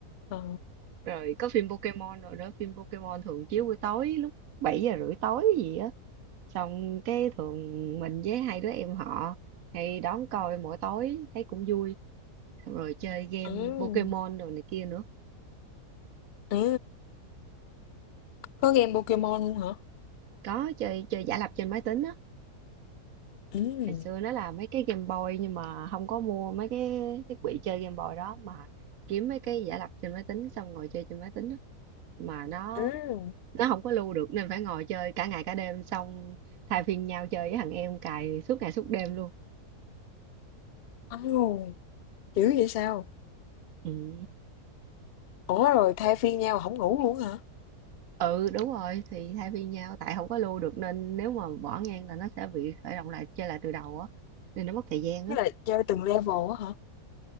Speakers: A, on the left; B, on the right.
A: Ờ.
B: rồi có phim Pokemon rồi đó phim Pokemon thường chiếu buổi tối lúc 7 giờ rưỡi tối gì á xong cái thường mình với hai đứa em họ hay đón coi mỗi tối thấy cũng vui xong rồi chơi game
A: Ừ.
B: Pokemon đồ này kia nữa
A: Ừ. Có game Pokemon luôn hả?
B: có chơi chơi giả lập trên máy tính á
A: Ừ.
B: ngày xưa nó là mấy cái Game Boy nhưng mà không có mua mấy cái thiết bị chơi Game Boy đó mà kiếm mấy cái giả lập trên máy tính xong ngồi chơi trên máy tính á mà nó
A: Ừ.
B: nó không có lưu được nên phải ngồi chơi cả ngày cả đêm xong thay phiên nhau chơi với thằng em cài suốt ngày suốt đêm luôn
A: Ồ, dữ vậy sao?
B: ừ.
A: Ủa rồi thay phiên nhau không ngủ luôn hả?
B: ừ đúng rồi thì thay phiên nhau tại không có lưu được nên nếu mà bỏ ngang là nó sẽ bị khởi động lại chơi lại từ đầu á nên nó mất thời gian
A: Tức
B: á
A: là chơi từng level á hả?